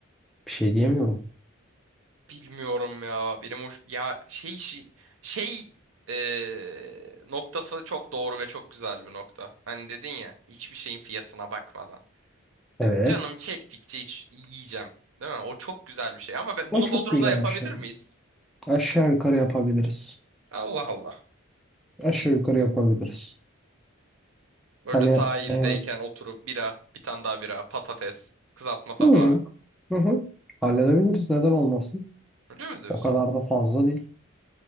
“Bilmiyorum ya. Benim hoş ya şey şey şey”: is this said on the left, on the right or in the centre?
Right